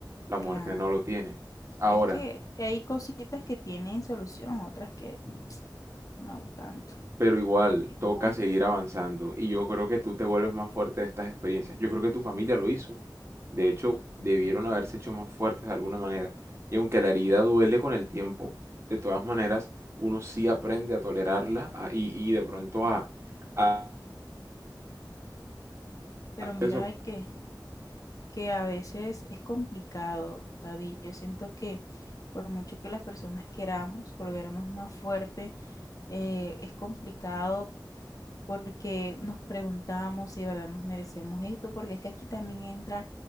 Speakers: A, on the right (about 35°); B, on the left (about 45°).
A: La muerte
B: Claro.
A: no lo tiene. Ahora,
B: Es que, es que hay cositas que tienen solución, otras que no tanto.
A: Pero igual,
B: Continúa.
A: toca seguir avanzando. Y yo creo que tú te vuelves más fuerte de estas experiencias. Yo creo que tu familia lo hizo. De hecho, debieron haberse hecho más fuertes de alguna manera. Y aunque la herida duele con el tiempo, de todas maneras, uno sí aprende a tolerarla a- y, y de pronto a, a,
B: Pero
A: a
B: mira, hay que, que a veces es complicado, David. Yo siento que por mucho que las personas queramos volvernos más fuertes, eh, es complicado porque nos preguntamos si de verdad nos merecemos esto, porque es que aquí también entra